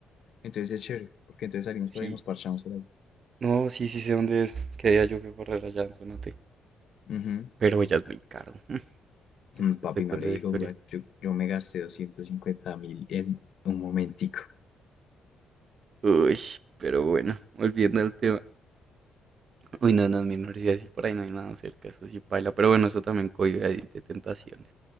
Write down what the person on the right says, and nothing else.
Sí,
No, sí, sí sé dónde es. Que día yo fui a correr allá en Zona
Pero ya es muy caro. <laughs>
Después te cuento
la historia.
Uy, pero bueno, volviendo al tema. Uy, no, no, en mi universidad sí por ahí no hay nada cerca, eso sí paila. Pero bueno, eso también cohibe ahí de tentaciones.